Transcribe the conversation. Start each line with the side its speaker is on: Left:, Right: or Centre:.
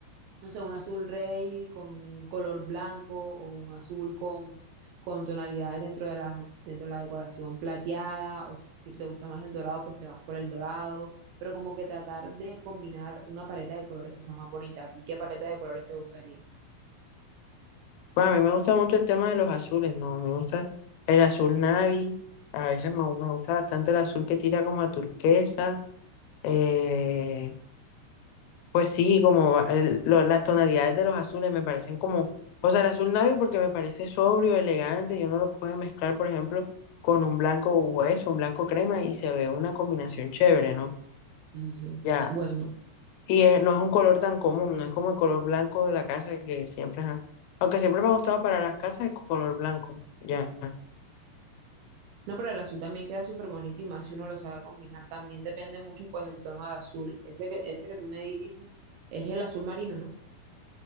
Right: no sé, un azul rey con un color blanco o un azul con, con tonalidades dentro de la, dentro de la decoración plateada, o si te gusta más el dorado, pues te vas por el dorado, pero como que tratar de combinar una paleta de colores que sea más bonita. ¿A ti qué paleta de colores te gustaría?
Left: Bueno, a mí me gusta mucho el tema de los azules, ¿no? Me gusta el azul navy, a veces me, me gusta bastante el azul que tira como a turquesa. Eh, Pues sí, como va- el- lo- las tonalidades de los azules me parecen como, o sea, el azul navy porque me parece sobrio, elegante, y uno lo puede mezclar, por ejemplo, con un blanco hueso, un blanco crema, y se ve una combinación chévere, ¿no?
Right: Ujú.
Left: Ya,
Right: Bueno,
Left: y es- no es un color tan común, no es como el color blanco de la casa que siempre, ajá. Aunque siempre me ha gustado para las casas el color blanco, ya.
Right: no, pero el azul también queda súper bonito y más si uno lo sabe combinar. También depende mucho, pues, el tono de azul. Ese que, ese que tú me dices es el azul marino, ¿no?